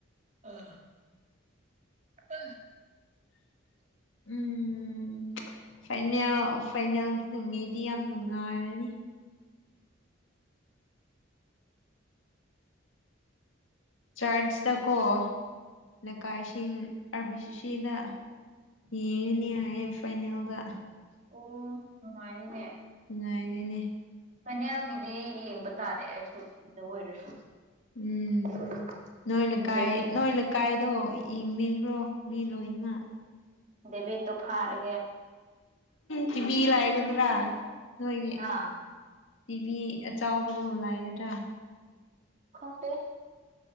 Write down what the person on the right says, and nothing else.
ꯑꯥ ꯑ
ꯑꯣ ꯅꯨꯡꯉꯥꯏꯔꯦꯅꯦ
ꯐꯥꯏꯅꯦꯜ ꯗꯤ ꯌꯦꯡ ꯇꯥꯔꯦ ꯁꯤꯗ ꯑꯣꯏꯔꯁꯨ
ꯎꯝ
ꯗꯦꯕꯤꯠ
ꯗꯦꯕꯤꯗ ꯇꯣ ꯐꯥꯔꯦ
ꯍꯥ
ꯈꯪꯗꯦ